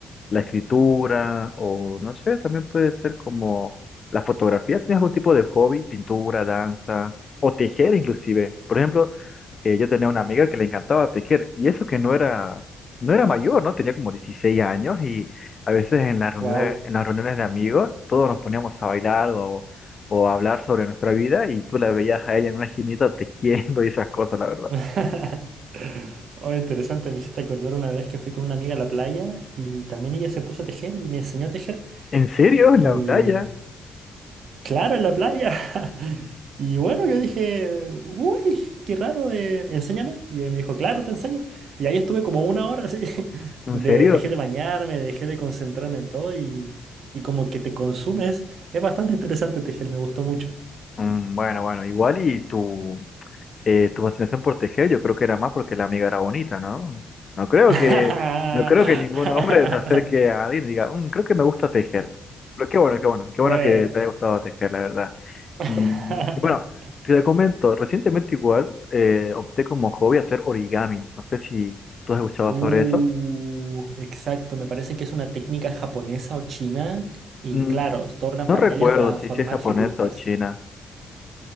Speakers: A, on the left (about 45°); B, on the right (about 65°).
A: la escritura o no sé, también puede ser como la fotografía. ¿Tienes algún tipo de hobby? Pintura, danza o tejer inclusive. Por ejemplo, eh, yo tenía una amiga que le encantaba tejer y eso que no era, no era mayor, ¿no? Tenía como 16 años y a veces en las reuniones,
B: Wow.
A: en las reuniones de amigos todos nos poníamos a bailar o, o a hablar sobre nuestra vida y tú la veías a ella en una esquinita tejiendo y esas cosas, la verdad.
B: <laughs> Oh, interesante, me hiciste acordar una vez que fui con una amiga a la playa y también ella se puso a tejer y me enseñó a tejer.
A: ¿En serio?
B: y
A: ¿En la playa?
B: Claro, en la playa. <laughs> Y bueno, yo dije, uy, qué raro, eh, enséñame. Y él me dijo, claro, te enseño. Y ahí estuve como una hora así. <laughs>
A: ¿En
B: de-
A: serio?
B: dejé de bañarme, dejé de concentrarme en todo y, y como que te consumes. Es bastante interesante tejer, me gustó mucho.
A: Mm, Bueno, bueno, igual y tú, eh, tu fascinación por tejer, yo creo que era más porque la amiga era bonita, ¿no? No creo
B: <laughs>
A: que, no creo que ningún hombre se acerque a alguien y diga, "Mm, creo que me gusta tejer. Pero qué bueno, qué bueno, qué
B: Bueno.
A: bueno que te haya gustado tejer, la verdad.
B: <laughs>
A: Mm, y bueno, te comento, recientemente igual eh, opté como hobby hacer origami. No sé si tú has escuchado
B: Uh,
A: sobre eso.
B: exacto, me parece que es una técnica japonesa o china. Y
A: Mm,
B: claro, doblan
A: no
B: papeles
A: recuerdo
B: hasta
A: si,
B: formar
A: si es japonesa
B: figuritas.
A: o china.